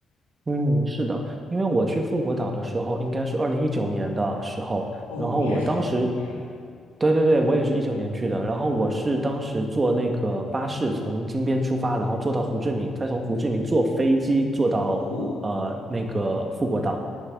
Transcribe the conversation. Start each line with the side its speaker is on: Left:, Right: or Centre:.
Right: 嗯，是的，因为我去富国岛的时候，应该是二零一九年的时候，
Left: 哦，
Right: 然后我当时，
Left: 你也是一九年
Right: 对对对，我也是一九年去的，然后我是当时坐那个巴士从金边出发，然后坐到胡志明，再从胡志明坐飞机坐到呃那个富国岛，
Left: 哦。